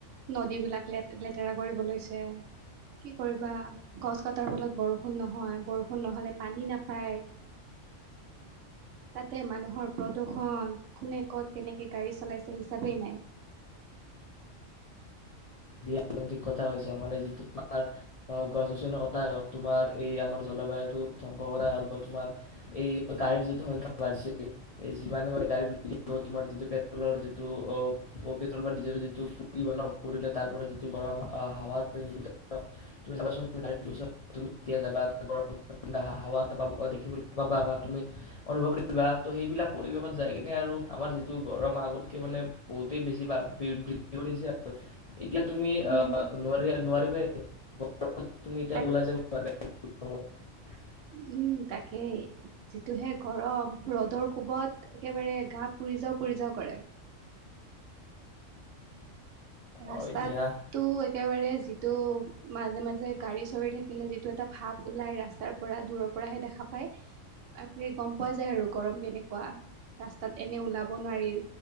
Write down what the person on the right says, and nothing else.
নদী বিলাক ল লেতেৰা কৰিব লৈছে। কি কৰিবা গছ কটাৰ ফলত বৰষুণ নহয়। বৰষুণ নহলে পানী নাপ। হয়। তাতে মানুহৰ প্ৰদূৰ্ষন কোনে ক'ত কেনেকৈ। সেই গাড়ী চলাইছে হিচাপেই নাই।
উম
তাক
উম তাকেই যিটোহে গৰম ৰ'দৰ কোবত একেবাৰে গা পুৰি যাও পুৰি যাও কৰে ৰাস্তাতটো
একেবাৰে যিটো মাজে মাজে গাড়ী চৰি থাকিলে যিটো এটা ভাপ ওলাই ৰাস্তাৰ পৰা দূৰৰ পৰাহে দেখা পায় আপ গম পোৱা যায় আৰু গৰম কেনেকুৱা ৰাস্তাত এনে ওলাব নোৱাৰি